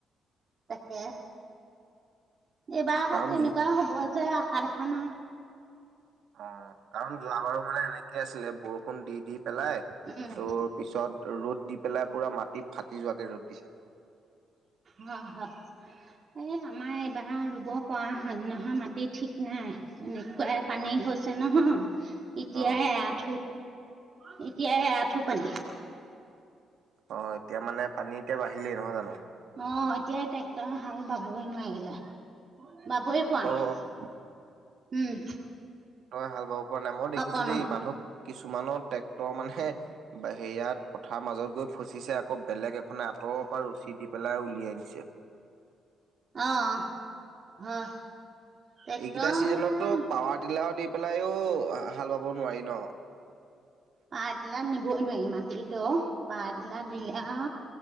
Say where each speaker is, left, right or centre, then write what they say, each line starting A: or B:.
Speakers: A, on the right (about 45°); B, on the right (about 75°).
A: তাকে এইবাৰ
B: কাৰণ
A: তেনেকুৱা হ'ব যে আশা দেখা নাই
B: অ কাৰণ যোৱাবাৰো মানে এনেকে আছিলে বৰষুণ দি দি পেলাই
A: উম
B: তোৰ পিছত ৰ'দ দি পেলাই পুৰা মাটিত ফাটি যোৱাকে ৰ'দ দিছে
A: হা হা এ আমাৰ এইবাৰ ৰুব পৰা হয় নহয় মাটি ঠিক নাই এনেকুৱাই পানী থৈছে নহ এতিয়াই
B: অ
A: আঁঠু এতিয়াই আঁঠু পানী
B: অ এতিয়া মানে পানী এতিয়া বাঢ়িলেই নহয় জানো
A: অ এতিয়া ট্ৰেক্টৰ হাল বাবই নোৱাৰিলে। বাবই পোৱা
B: অ
A: নাই
B: অ
A: উম!
B: তই হাল বাব পৰা নাই মই দেখিছো
A: অকণো
B: দেই মানুহক কিছুমানৰ ট্ৰেক্টৰ মানে বা হেয়াত পথাৰ মাজত গৈ ফচিছে আকৌ বেলেগ এখনে তৰ পৰা ৰৰুচি দি পেলাই উলিয়াই নিছে
A: অ অ হয় ট্ৰেক্টৰ
B: এইকেইটা ছিজনতো পাৱাৰ টিলাৰ দি পেলাইও হাল বাব নোৱাৰি ন
A: পাৰ দিলেই নিবই নোৱাৰি মাটিত দ পা দিলে আ